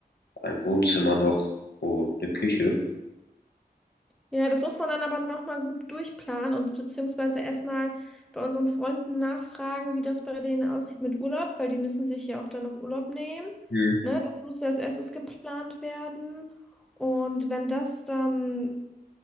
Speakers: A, on the left; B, in the centre.
A: ein Wohnzimmer noch und eine Küche.
B: Ja, das muss man dann aber nochmal gut durchplanen und beziehungsweise erstmal bei unseren Freunden nachfragen, wie das bei denen aussieht mit Urlaub, weil die müssen sich ja auch dann noch Urlaub nehmen.
A: Hm.
B: Ne? Das muss ja als erstes geplant werden. Und wenn das dann